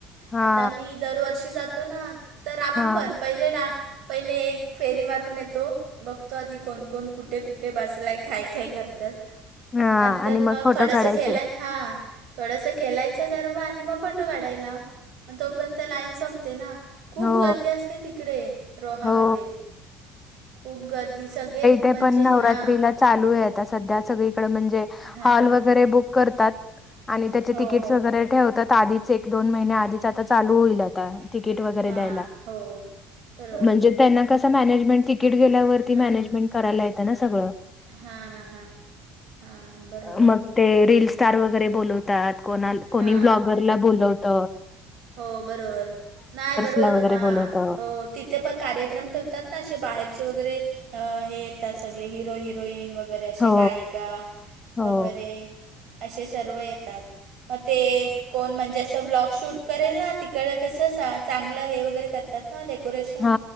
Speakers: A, on the left; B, on the right.
A: हा
B: आता मी दरवर्षी जातो ना तर आम्ही
A: हा
B: पण पहिले डान पहिले एक फेरी मारून येतो बघतो आधी कोण कोण कुठे कुठे बसलाय खय खाय करतात.
A: हा
B: नंतर
A: आणि
B: मग
A: फोटो
B: थोडस
A: काढायचे
B: खेलाय हा थोडस खेलायचं गर्व आणि मग फोटो काढायला मग तो पण तर लाईन संपते ना खूप
A: हो
B: गर्दी असते तिकडे रोहामध्ये
A: हो
B: खूप गर्दी सगळे म्हणजे
A: ते पण नवरात्रीला
B: हां
A: चालू आहे सध्या सगळीकडे म्हणजे
B: हां
A: हॉल
B: हां
A: वगैरे बुक करतात. आणि त्याचे
B: हो
A: तिकीट्स
B: हो
A: वगैरे ठेवतात आधीच एक दोन महिने आधीच आता चालू होईल आता ट वैगरे
B: हां
A: द्यायला
B: हो बरोबर
A: म्हणजे त्यां हाय ना कसं मॅनेजमेंट तिकीट गेल्यावरती
B: हां
A: मॅनेजमेंट करायला येतं ना सगळं
B: हां हां हां हां बरोबर
A: मग ते रील स्टार वगैरे बोलवतात कोणा कोणी
B: हां
A: ब्लॉगरला बोलवत.
B: हो बरोबर नाही बरोबर
A: ला वगैरे
B: हा
A: बोलवत
B: हो तिथे पण कार्यक्रम ठेवतात ना असे बाहेरचे वगैरे अ हे येतात सगळे हिरो हिरोईन वगैर वगैरे असे
A: हो
B: गायिका
A: हो
B: वगैरे असे सर्व येतात मग ते कोण म्हणजे असं ब्लॉग शूट करेल ना. तिकडं कसं चांगलं हे वगैरे करतात ना डेकोरेशन
A: हा